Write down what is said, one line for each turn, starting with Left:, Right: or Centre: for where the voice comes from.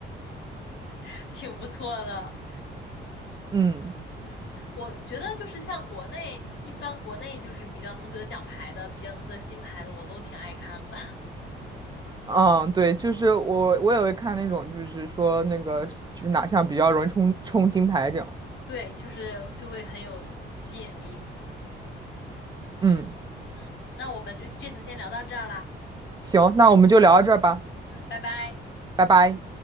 Left: <laughs> 挺不错的。
Right: 嗯
Left: 嗯，我觉得就是像国内，一般国内就是比较能得奖牌的，比较能得金牌的，我都挺爱看的。
Right: 嗯，对，就是我我也会看那种，就是说那个就是哪项比较容易冲冲金牌这样。
Left: 对，就是就会很有吸引力。是的，
Right: 嗯，
Left: 嗯，那我们就这次先聊到这儿啦。
Right: 行，那我们就聊到这儿吧，
Left: 嗯，拜拜。
Right: 拜拜。